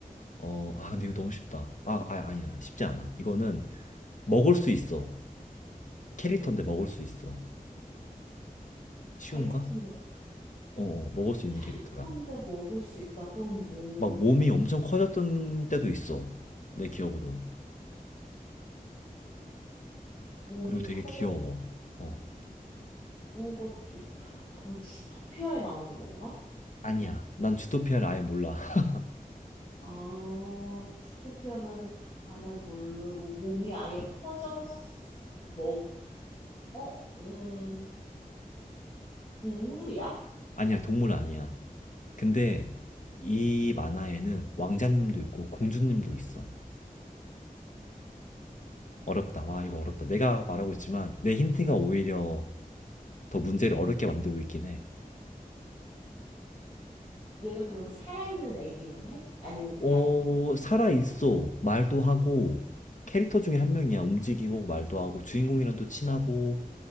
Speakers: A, on the left; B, on the left.
A: 어아 근데 이거 너무 쉽다 아, 아 아니야 쉽지 않아 이거는 먹을 수 있어 캐릭터인데 먹을 수 있어 쉬운가?
B: 캐릭터인데,
A: 어 어, 먹을 수 있는 캐릭터야
B: 캐릭터인데 먹을 수 있다. 그럼 뭐,
A: 막 몸이 엄청 커졌던 때도 있어. 내 기억으론.
B: 몸이
A: 그리고 되게
B: 커졌던
A: 귀여워. 어.
B: 것도 있고, 그럼 주토피아에 나오는 건가?
A: 아니야. 난 주토피아를 아예 몰라. <laughs>
B: 아, 주토피아는 아래 모르고 몸이 아예 커졌 뭐, 어, 음, 동물이야?
A: 아니야. 동물 아니야. 근데 이 만화에는 왕자님도 있고 공주님도 있어. 어렵다. 와, 이거 어렵다. 내가 말하고 있지만 내 힌트가 오히려 더 문제를 어렵게 만들고 있긴 해.
B: 얘가 그러면 살아있는 애기는 해? 아니면 그냥
A: 어, 살아있어. 말도 하고, 캐릭터 중에 한 명이야. 움직이고, 말도 하고, 주인공이랑 또 친하고,